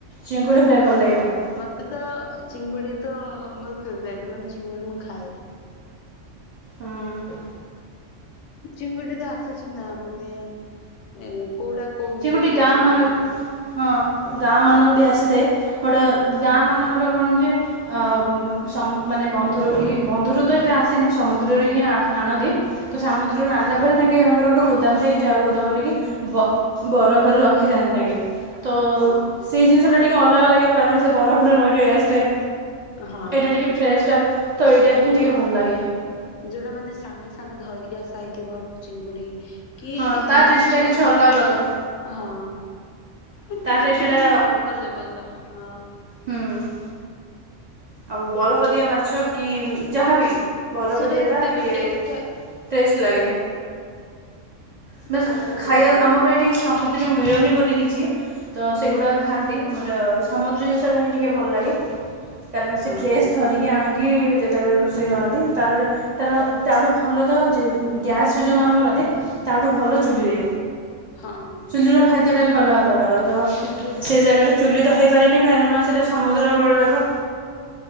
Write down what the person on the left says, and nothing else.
ମତେ ତ ଚିଙ୍ଗୁଡ଼ି ତ ମୋର ଫେବରାଇଟ୍। ମାନେ ଚିଙ୍ଗୁଡ଼ି ମୁଁ ଖାଏ।
ଚିଙ୍ଗୁଡି ତ ଆସୁଛି ନା, ମାନେ ଏ କୋଉଟା କୋଉ ମିଡିୟମ
ର
ଚିଙ୍ଗୁଡି।
ହଁ
ହଁ।
କିନ୍ତୁ
ଯୋଉଟା ମାନେ ସାଙ୍ଗେ ସାଙ୍ଗେ ଧରିକି ଆସା ହେଇଥିବ। ଚିଙ୍ଗୁଡି। କି
ମାଛ,
ହଁ। ମାନେ
ଟେଷ୍ଟି
ମାନେ ଅଲଗା ଲେବଲର ହଁ।
ସେଇଟା
ଏତେ
ବି ଟେଷ୍ଟ
ଖାଇବାକୁ ଭଲ ଲାଗେନି।
ହଁ
ହଁ।
ଚୁଲିର